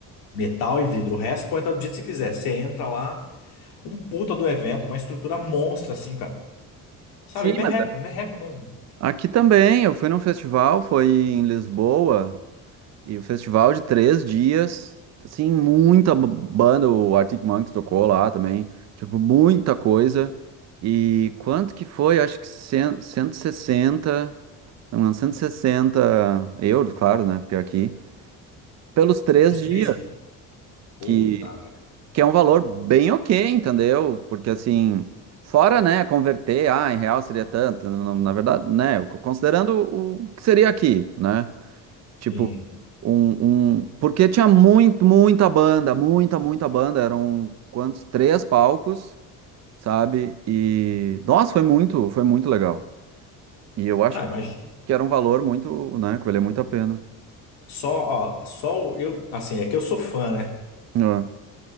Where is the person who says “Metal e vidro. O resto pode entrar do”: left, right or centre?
Left